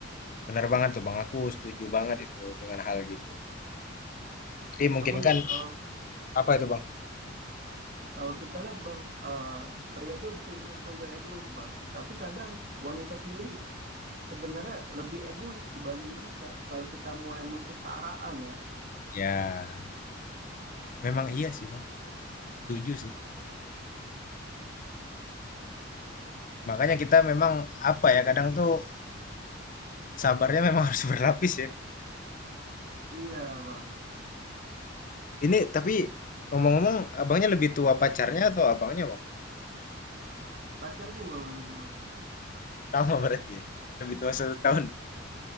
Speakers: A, on the left; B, on the right.
A: bener banget tuh Bang, aku setuju banget itu dengan hal gitu. Jadi mungkin
B: Namun
A: kan
B: kalau
A: apa itu Bang?
B: kalau kita lihat bang, eh, pria tuh dituntut untuk nggak egois bang, tapi kadang wanita sendiri sebenarnya lebih egois dibanding kita. Kalau kita mau emang kesetaraan ya.
A: Ya, memang iya sih Bang, setuju sih. Makanya kita memang apa ya, kadang tuh sabarnya memang <laughs> harus berlapis ya.
B: Iya bang,
A: Ini tapi ngomong-ngomong, abangnya lebih tua pacarnya atau abangnya Bang?
B: pacarku bang apa itu bang.
A: Sama berarti ya, lebih tua satu tahun. ya?